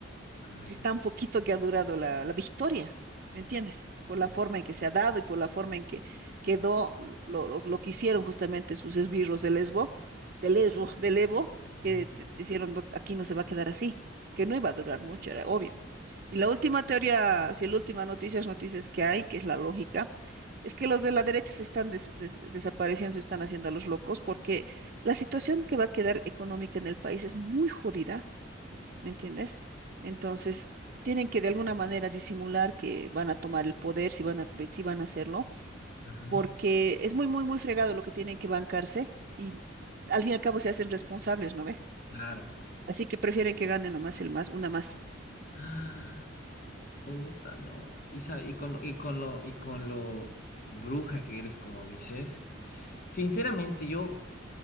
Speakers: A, on the left (about 45°); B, on the right (about 45°).
A: Ay,
B: <laughs> tan poquito que ha durado la, la victoria, ¿me entiendes?
A: sí.
B: Por la forma en que se ha dado y por la forma en que quedó lo, lo, lo que hicieron justamente sus esbirros de Lesbo, de Lesbo, de Evo,
A: Ujú,
B: que te, te hicieron, "No, aquí no se va a quedar así, que no iba a durar mucho, era obvio. Y la última teoría, si la última noticia es noticias que hay, que es la lógica, es que los de la derecha se están des- des- desapareciendo, se están haciendo a los locos, porque la situación que va a quedar económica en el país es muy jodida, ¿me entiendes? Entonces, tienen que de alguna manera disimular que van a tomar el poder, si van a, si van a hacerlo,
A: ujú,
B: porque es muy, muy, muy fregado lo que tienen que bancarse y al fin y al cabo se hacen responsables, ¿no ve?
A: Claro.
B: Así que prefieren que gane nomás el más, una más.
A: Ah, puta, no. Y, sabe- y con, y con lo, y con lo bruja que eres, como dices. Sinceramente, yo